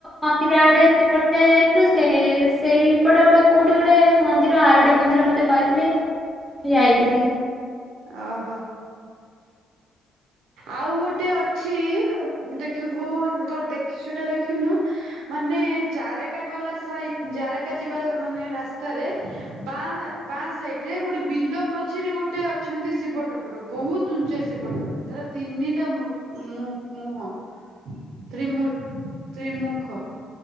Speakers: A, in the centre; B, on the right.
A: ମନ୍ଦିର ଆଡେ ସେପଟେ ଯାଇଥିଲୁ। ସେ ସେଇପଟେ ଗୋଟେ କୋଉଠି ଗୋଟେ ମନ୍ଦିର ଆରୋଡ଼ି ମନ୍ଦିର ମତେ କିଏ କହିଥିଲେ, ମୁଁ ଯାଇଥିଲି।
B: ଅ ହ। ଆଉ ଗୋଟେ ଅଛି। ଦେଖିବୁ, ତୁ ତ ଦେଖିଚୁ ନା ଦେଖିନୁ? ମାନେ ଜାରେକା ଗଲା ସାଇଟ୍, ଜାରେକା ଯିବା ମାନେ ରାସ୍ତାରେ ବାଁ ହାଁ ବାଁ ସାଇଟ୍ ରେ, ଗୋଟେ ବିଲ ମଝିରେ ଗୋଟେ ଅଛନ୍ତି ଶିବ ଠାକୁର। ବୋହୁତ୍ ଉଁଚ୍ଚା ଶିବ ଠାକୁର, ତାର ତିନିଟା ମୁର୍ ମୁ ମୁହଁ। ତ୍ରି ମୁର୍ ତ୍ରିମୁଖ।